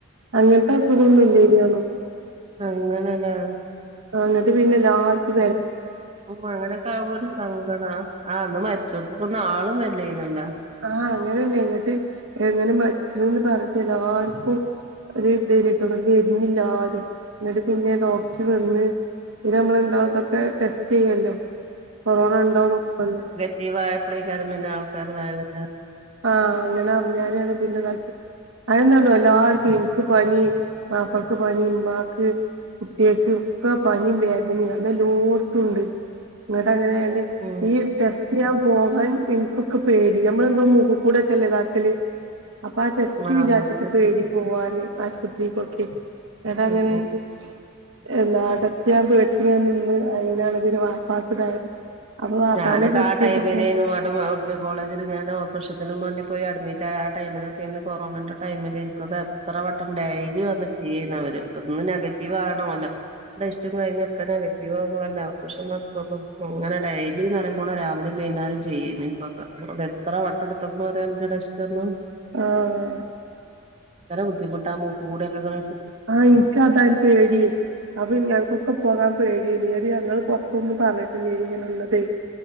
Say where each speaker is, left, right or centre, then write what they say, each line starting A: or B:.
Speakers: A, on the right; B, on the right.
A: അങ്ങന ഇ അ സുഖന്നുംമ ഇല്ല ഇല്ലയോ
B: അങ്ങനെല്ലേ
A: അങ്ങിട്ട് പിന്നെ ആർക്കും വേ
B: ഉ അങ്ങനെയൊക്കെ ആ്പോ ഒരു സങ്കട ആ അന്ന് മരിച്ചോട് ക്കെന്നും ആളും വരില്ലായിരുന്നല്ലോ.
A: ആഹ അങ്ങനെണ്ട് എങ്ങിട്ട് എങ്ങനെ മരിച്ചന്ന് പറഞ്ഞിട്ട് എല്ലാർക്കും. ഒരു ഇത് ആയിരുന്നുട്ടോ ഇവിടെക്ക് വരണില്ല ആരും എന്നിട്ട് പിന്നെ ഡോക്ടർ വന്ന്. ഇന്ന നമ്മൾ എന്താ ഇതൊക്കെ ടെസ്റ്റ് ചെയ്യല്ലോ കൊറോണ ഉണ്ടോന് നോക്കല്ലോ.
B: നഗററിവ് വായപ്ളക്കാരും പിന്നെ ആൾക്കാർതായതല്ലോ
A: ആഹ അങ്ങനെ അറിഞ്ഞരയാണ് പിന്നെ ക അതന്താന്നോ എല്ലാർക്കും ഇനിക്ക് പനി മാപ്പൾക്ക് പനി ഉമാക്ക്. കുട്ടികക്ക് ഒക്കെ പനിയും വേദന അന്ന് എല്ലോടുത്തുണ്ട്. എന്നോട്ട് അങ്ങനെണ്ട്
B: ഉം
A: ഈ ടെസ്റ്റ് ചെയ്യാൻ പോകാൻ നിങ്ങക്കൊക്കെ പേടി നമ്മളെന്തോ മൂക്കിക്കുടൊക്കെ അല്ലേ ഇതാക്കല് അപ്പൊ ആ ടെസ്റ്റ്
B: ആഹ്
A: വിചാരിച്ചിട്ട്
B: അത് കിട്ടും
A: പേടി പോവാന് ആശുപത്രിക്കൊക്കെ. ടാ അങ്ങനേരിക്കും
B: ഉം
A: എന്താ ടെസ്റ്റ് ഞാൻ പേടിച്ച്യാ നിന്ന് അയ്ലാണ് വാപ്പാക്ക് ഇതായത് അപ്പൊ വാപ്പാനെ
B: ഞാനൊക്കെ
A: ടെസ്റ്റ്
B: ആ ടൈമിലന്ന്
A: ചെയ്തപ്പോ
B: മ <unintelligible> കോളേജിൽ ഞാൻ ഓപ്പറേഷത്തിനും വേണ്ടി പോയി അഡ്മിറ്റായ ആ ടൈമിലൊക്കെ ഇന്ന് കൊറോണേന്റെ ടൈമിൽ എനിക്കൊക്കെ എത്ര വട്ടം ഡെയിലി വന്ന് ചെയ്യുന്നവര് ഒന്ന് നെഗറ്റീവ് ആണ് പോലെ ടെസ്റ്റും കഴിഞ്ഞുംക്കെ നെഗറ്റീവ് ആവുമ്പോഴല്ലേ ഓപ്പറേഷൻ നടത്തുള്ളു അങ്ങനെ ഡയ ഇല്ലന്ന് പറയുമ്പോള രാവിലേം വൈന്നേരം ചെയ്യേന് എനിക്കൊക്കെ അവിടെ എത്ര വട്ട എടുത്തക്കന്ന് പറയാൻ ഇന്റ ടെസ്റ്റ് അന്ന്
A: ആഹ്
B: ഭയങ്കര ബുദ്ധിമുട്ടാണ് മുക്കിക്കൂടികെ അങ്ങനെ
A: ആഹ് ഇൻക് അതാൻ പേടി അപ്പ എനക്കൊക്ക പോകാൻ പേടിയാണ് ഈടെ ഞങ്ങള് പുറത്തൊന്ന് പറഞ്ഞിട്ടില്ല ഇങ്ങനുള്ളതെ.